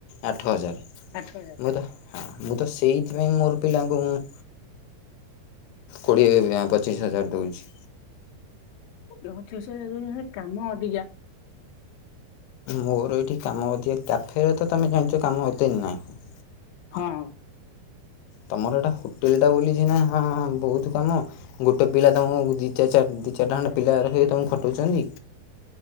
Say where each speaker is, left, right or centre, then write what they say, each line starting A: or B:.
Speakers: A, on the left; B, on the left.
A: ଆଠ ହଜାର
B: ଆଠ ହଜାର।
A: ମୁଁ ତ ହଁ ମୁଁ ତ ସେଇଥିପାଇଁ ମୋର ପିଲାଙ୍କୁ ମୁଁ କୋଡିଏ ପଚିଶ ହଜାର ଦଉଛି।
B: ଯେ ହଉଚି ସେ କାମ ଅଧିକା।
A: ମୋର ଏଇଠି କାମ ଅଧିକା କ୍ୟାଫେରେ ତୋମେ ଜାଣିଚ କାମ ଏତେ ନାଇଁ।
B: ହଁ।
A: ତୋମର ଏଟା ହୋଟେଲ୍ ଟା ବୋଲି ସିନା ହଁଁ ବହୁତ କାମ ଗୋଟେ ପିଲା ତୋମୁକୁ ଦି-ଚା ଚାଟ ଦି ଚାରଟା ପିଲା ରଖିକି ତୋମୁକୁ ଖଟଉଚନ୍ତି।